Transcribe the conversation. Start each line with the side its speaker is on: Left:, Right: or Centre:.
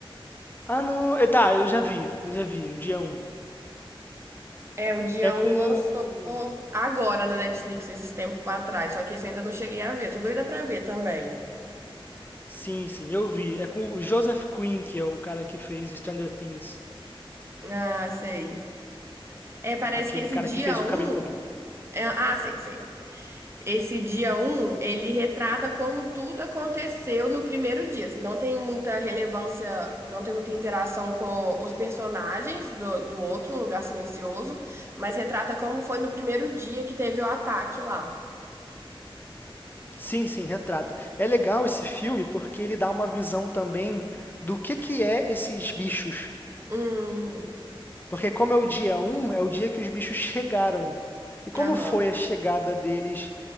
Left: Ah, não. eh, Tá, eu já vi. Eu já vi, o dia Um
Right: É, o dia
Left: É com
Right: um lançou
Left: o.
Right: agora na Netflix, esses tempos pra trás. Só que esse eu ainda não cheguei a ver. Tô doida pra ver também.
Left: Sim, sim, eu vi. É com o Joseph Quinn, que é o cara que fez Stranger Things.
Right: Ah, sei. É, parece
Left: Aquele
Right: que esse
Left: cara
Right: dia
Left: que fez o
Right: um
Left: cabeludo.
Right: é- Ah, sei, sei. Esse dia um ele retrata como tudo aconteceu no primeiro dia, assim, não tem muita relevância, não tem muita interação com os personagens do, do outro, Um Lugar Silencioso, mas retrata como foi no primeiro dia que teve o ataque lá.
Left: Sim, sim, retrata. É legal esse filme porque ele dá uma visão também do que que é esses bichos.
Right: Hum,
Left: Porque como é o dia Um, é o dia que os bichos chegaram. E como
Right: aham.
Left: foi a chegada deles